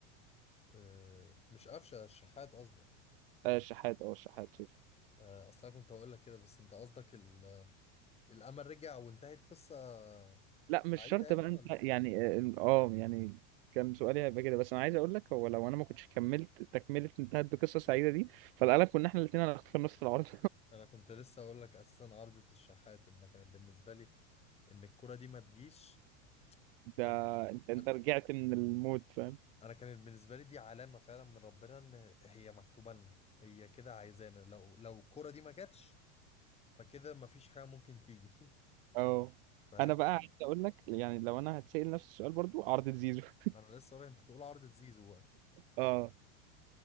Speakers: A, on the left; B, on the right.
A: آه، مش قفشة الشحات قصدك
B: آه الشحات اه الشحات سوري
A: آه، اصلا كنت هقول لك كده بس انت قصدك ال... الامل رجع وانتهت قصة
B: لا
A: سعيدة
B: مش شرط
A: يعني
B: بقى انت
A: ولا
B: يعني اه آه، يعني كان سؤالي هيبقى كده بس انا عايز اقول لك هو لو انا ما كنتش كملت تكمله انتهت بقصه سعيده دي فالقلق كنا احنا الاثنين هنختار نص العرض
A: انا كنت لسه اقول لك اساسا عارضة الشحات ان كانت بالنسبة لي ان الكرة دي ما تجيش كانت
B: ده
A: بال-
B: انت انت
A: انا
B: رجعت من الموت فاهم
A: أنا كانت بالنسبة لي دي علامة فعلا من ربنا ان هي مكتوبة لنا هي كده عايزانا لو لو الكرة دي ما جاتش فكده ما فيش حاجة ممكن تيجي <laughs>
B: اه
A: فاهم
B: انا بقى عايز اقول لك يعني لو انا هتسأل نفس السؤال برضو عرضة زيزو <laughs>
A: ما انا لسه اقول لك، انت تقول عارضة زيزو بقى
B: اه